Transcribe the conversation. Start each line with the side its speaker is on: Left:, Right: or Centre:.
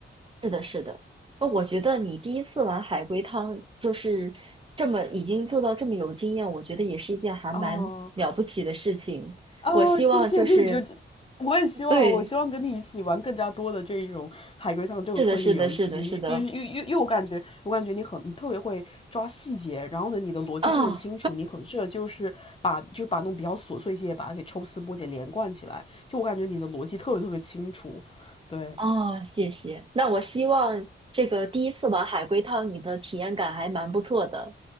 Right: 是的，是的。那我觉得你第一次玩海龟汤，就是这么已经做到这么有经验，我觉得也是一件还蛮了不起的事情。
Left: 哦。哦，
Right: 我希望就是，
Left: 谢谢，就是觉得我也希望，
Right: 对，
Left: 我希望跟你一起玩更加多的这一种海龟汤这种推理游戏，
Right: 是的，是的，是的，是的。
Left: 就是因为因为因为我感觉，我感觉你很你特别会抓细节，然后呢，你的逻辑特别清楚，
Right: 啊
Left: 你很适合就是把就是把那种比较琐碎一些，把它给抽丝剥茧连贯起来，就我感觉你的逻辑特别特别清楚。对，
Right: 啊，谢谢。那我希望这个第一次玩海龟汤，你的体验感还蛮不错的。